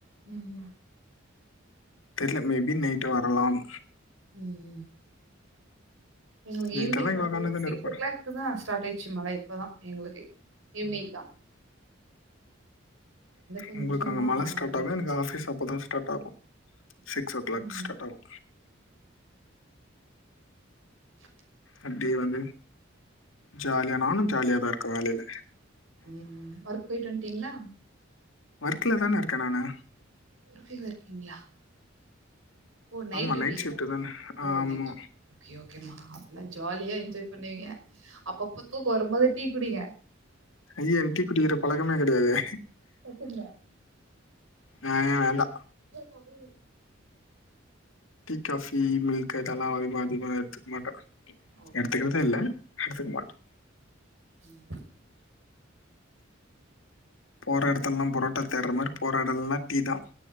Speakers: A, on the right; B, on the left.
A: ம் ம்
B: தெர்ல மேபி நெய்ட் வரலாம்
A: ம் ம் எங்களுக்
B: நைட்டெல்லா
A: ஈவினிங்
B: இங்க
A: ஒரு
B: உக்காந்து தான
A: சிக்ஸ்
B: இருப்பாரு
A: ஓ கிளேக்கு தா ஸ்டாட் ஆயிச்சு மழ இப்பதா எங்ளுக்கை ஈவ்னிங் தா கொஞ்சம்
B: உங்ளுக் அங்க
A: தான்
B: மழ ஸ்டாட்
A: இதாக
B: ஆகு
A: இருந்துச்சு
B: எனக்கு ஆஃபீஸ் அப்போதா ஸ்டாட் ஆகு சிக்ஸ் ஓ க்ளாக்
A: ம்
B: ஸ்டாட் ஆகு
A: எ
B: அப்டியே வந்து ஜால்யா நானு ஜால்யாதா இருக்க வேலைல
A: ம் ஒர்க் போயிட் வன்ட்டீங்ளா
B: வர்க்கல தான இருக்க நானு
A: <unintelligible> இருக்கீங்களா ஓ
B: ஆமா
A: டியூட்டிங்களா
B: நைட் ஷிஃப்ட் தான
A: ஓ
B: ஆமா
A: நைட் ஷிஃப்ட் ஓகே அப்பல்லா ஜாலியா என்ஜாய் பண்ணுவீங்க அப்பப்ப தூக்கு வரும்போது டீ குடிங்க
B: ஐயா என் டீ குடிக்கிற பழக்கமே கெடையாதே
A: கொத்துங்க
B: நா ஏன் வேண்டா.
A: சரி
B: டீ காபி மில்க் இதெல்லா அதிகமா அதிகமா எடுத்துக்க மாட்ட
A: ஓகேமா
B: எடுத்துக்கிறதே இல்ல எடத்துக்கு மாட்
A: ஓகேமா
B: போர எடத்துலல்லா புரோட்டா தேடுற மாரி போர எடல்லா டீ தா